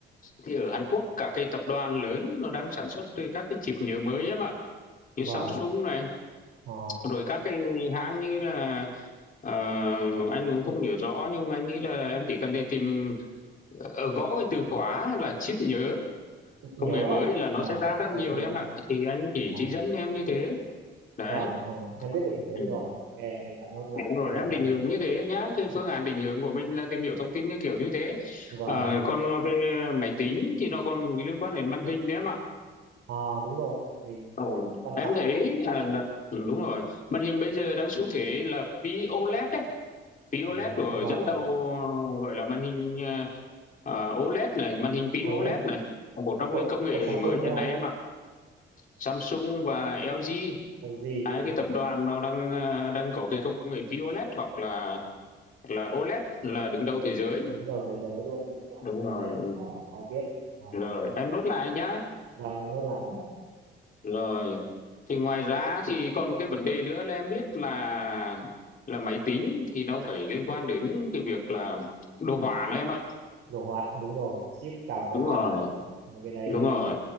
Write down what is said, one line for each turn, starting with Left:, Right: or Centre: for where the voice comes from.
Left: thì ở Hàn Quốc cả cái tập đoàn lớn nó đang sản xuất từ các cái chip nhớ mới em ạ. Như
Right: Vâng.
Left: Samsung này
Right: Ờ,
Left: rồi các cái hãng như là ờ, anh cũng không nhớ rõ nhưng mà anh nghĩ là em chỉ cần đi tìm ờ, gõ cái từ khóa là chip nhớ
Right: chip nhớ
Left: Công nghệ mới
Right: ạ.
Left: là nó
Right: Vâng,
Left: sẽ ra rất
Right: chip
Left: nhiều
Right: nhớ.
Left: đấy em ạ, thì anh chỉ
Right: Vâng.
Left: chỉ dẫn em như thế. Đấy.
Right: Vâng, ờ, em biết định hướng
Left: Ừ.
Right: rồi. Ok, em đã nốt lại.
Left: Đúng rồi,
Right: Ok,
Left: em
Right: một.
Left: định hướng như thế nhá. Cái phương án định hướng của mình là tìm hiểu thông tin như kiểu như thế.
Right: Vâng.
Left: Ờ, còn về máy tính thì nó còn liên quan đến màn hình đấy em ạ.
Right: À đúng rồi, màn hình
Left: Ờ,
Right: là một cái quan
Left: em
Right: trọng
Left: thấy
Right: đấy.
Left: à, là ừ, đúng rồi. Màn hình bây giờ đang xu thế là POLED đấy. POLED
Right: Ừ,
Left: của
Right: vâng
Left: dẫn
Right: vâng
Left: đầu
Right: vâng.
Left: gọi là màn hình à, à, OLED này, màn hình POLED
Right: OLED
Left: này. Một trong
Right: của,
Left: những công nghệ
Right: của Samsung
Left: mới
Right: đúng
Left: hiện
Right: không
Left: nay
Right: anh?
Left: em ạ. Samsung và LG
Right: LG
Left: hai
Right: đúng
Left: cái
Right: rồi,
Left: tập đoàn nó đang ờ, đang có cái công nghệ POLED hoặc là là OLED là đứng đầu thế giới
Right: đứng đầu thế giới luôn đúng rồi.
Left: đúng
Right: Cái
Left: rồi
Right: Này em có có biết. Vâng,
Left: rồi em nốt lại nhá
Right: vâng em nốt lại rồi. ạ.
Left: rồi thì ngoài ra thì còn cái vấn đề nữa là em biết là là máy tính thì nó phải liên quan đến cái việc là đồ họa nữa em ạ
Right: Đồ họa đúng rồi, chip cảm đồ
Left: đúng
Right: họa.
Left: rồi
Right: Mà cái đấy
Left: đúng
Right: thì
Left: rồi